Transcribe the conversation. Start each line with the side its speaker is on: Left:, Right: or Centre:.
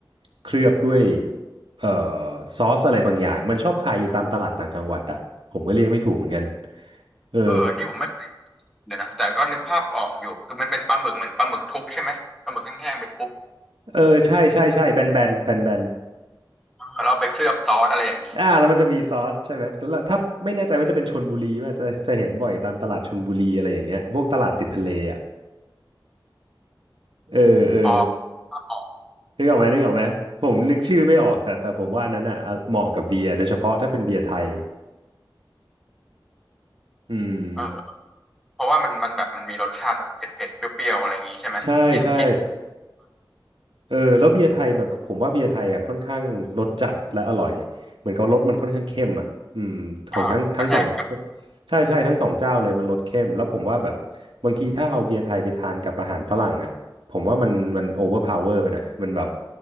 Right: เคลือบด้วยเอ่อซอสอะไรบางอย่างมันชอบขายอยู่ตามตลาดต่างจังหวัดอ่ะผมก็เรียกไม่ถูกเหมือนกันเออ
Centre: เอออันนี่ผมไม่เคยเลยนะแต่ก็นึกภาพออกอยู่คือมันเป็นปลาหมึกเหมือนปลาหมึกทุบใช่ไหมปลาหมึกแห้งๆไปทุบ
Right: เออใช่ใช่ใช่แบนแบนแบนแบน
Centre: อ่าแล้วเอาไปเคลือบซอสอะไรอย่างนี้
Right: อ่าแล้วมันจะมีซอสใช่ไหมแล้วถ้าไม่แน่ใจว่าจะเป็นชลบุรีว่าจะจะเห็นบ่อยตามตลาดชลบุรีอะไรอย่างเงี้ยพวกตลาดติดทะเลอ่ะเออเออ
Centre: พอเอาออก
Right: นึกออกไหมนึกออกไหมผมนึกชื่อไม่ออกแต่แต่ผมว่าอันนั้นอ่ะเหมาะกับเบียร์โดยเฉพาะถ้าเป็นเบียร์ไทยอืม
Centre: เออ เพราะว่ามันมันแบบมันมีรสชาติแบบเผ็ดเผ็ดเปรี้ยวๆอะไรอย่างงี้ใช่ไหมกินกิน
Right: ใช่ใช่ เออแล้วเบียร์ไทยมันผมว่าเบียร์ไทยอ่ะค่อนข้างรสจัดและอร่อยเหมือนกับรสมันค่อนข้างเข้มอ่ะอืมของทั้งทั้งสอง
Centre: ยากกระแทก
Right: ใช่ใช่ทั้งสองเจ้าเลยมันรสเข้มแล้วผมว่าแบบบางทีถ้าเอาเบียร์ไทยไปทานกับอาหารฝรั่งอ่ะผมว่ามันมันโอเวอร์พาวเวอร์ไปหน่อยมันแบบ